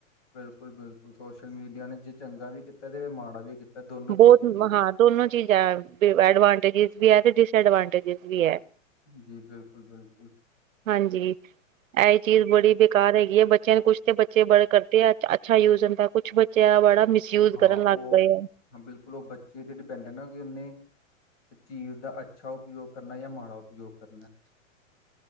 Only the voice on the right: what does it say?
ਬੋਤ
ਹਾਂ, ਦੋਨੋ ਚੀਜ਼ ਹੈ। ਐਡਵਾਂਟੇਜਿਸ ਵੀ ਹੈ ਤੇ ਡਿਸਐਡਵਾਂਟੇਜਿਸ ਵੀ ਹੈ।
ਹਾਂਜੀ, ਏਹ ਚੀਜ਼ ਬੜੀ ਬੇਕਾਰ ਹੈਗੀ ਹੈ, ਬੱਚਿਆਂ ਨੂੰ ਕੁਛ। ਬੱਚੇ ਬੜੇ ਕਰਦੇ ਆ ਅੱਛਾ ਯੂਜ ਹੁੰਦਾ, ਕੁਛ ਬੱਚਿਆਂ ਦਾ ਬੜਾ ਮਿਸਯੂਜ
ਕਰਨ ਲੱਗ
ਗਏ ਆ।